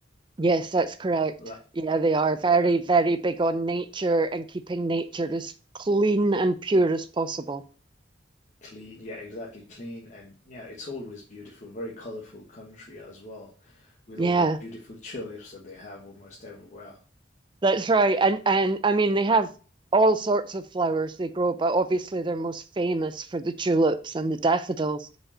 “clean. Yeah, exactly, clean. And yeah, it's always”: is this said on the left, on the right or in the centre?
Left